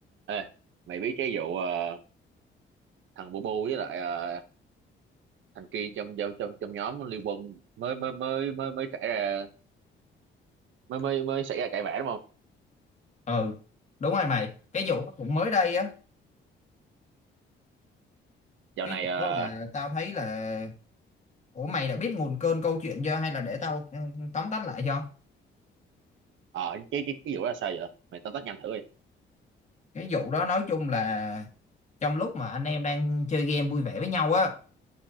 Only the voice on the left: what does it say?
ừ đúng rồi mày cái vụ đó cũng mới đây á
cái
vụ
đó là tao thấy là ủa mày đã biết nguồn cơn câu chuyện chưa hay là để tao ừ, tóm tắt lại cho
cái vụ đó nói chung là trong lúc mà anh em đang chơi game vui vẻ với nhau á